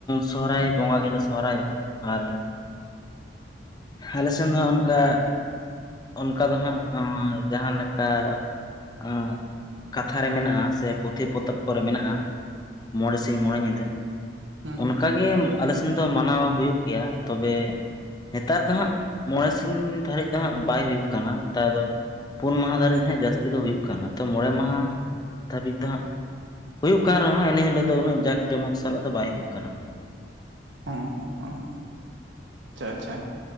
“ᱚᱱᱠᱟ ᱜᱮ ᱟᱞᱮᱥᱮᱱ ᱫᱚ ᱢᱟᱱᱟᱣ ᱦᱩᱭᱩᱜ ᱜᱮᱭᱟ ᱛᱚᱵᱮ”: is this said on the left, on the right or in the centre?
Left